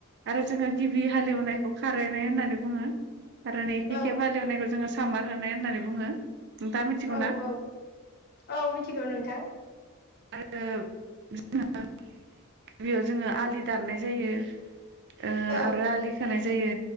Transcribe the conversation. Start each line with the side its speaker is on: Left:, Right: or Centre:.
Right: आरो जोङो गिबि हालेवनायखौ ख रायनाय होननानै बुङो आरो नैथिखेब
Left: औ
Right: हालौनायखौ जोङो सामार होनाय होननानै बुङो नोंथाङा मिथिगौना
Left: औ औ औ मिथिगौ नोंथां
Right: आरो जोङो गिबियाव जोङो आलि दाननाय जायो ओ
Left: औ
Right: आरो आलि खोनाय जा जायो